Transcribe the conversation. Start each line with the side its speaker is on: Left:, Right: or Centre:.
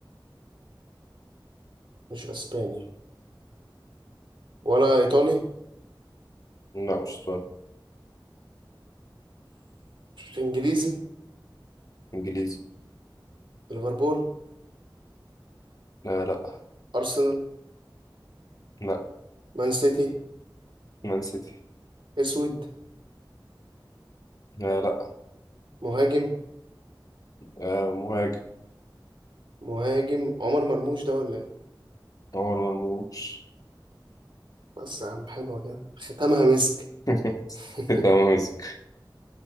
Right: مش اسباني ولا إيطالي
Left: لا مش طالب
Right: إنجليزي
Left: انجليزي
Right: ليفربول
Left: لا لا
Right: أرسنال
Left: لا
Right: مان سيتي
Left: مان سيتي
Right: أسود
Left: لا لا
Right: مهاجم
Left: آه مهاجم
Right: مهاجم عمر مرموش ده ولا إيه؟
Left: عمر مرموش
Right: بس يا عم حلوة كده ختامها مسك
Left: <laughs>
Right: <laughs>
Left: ده موزك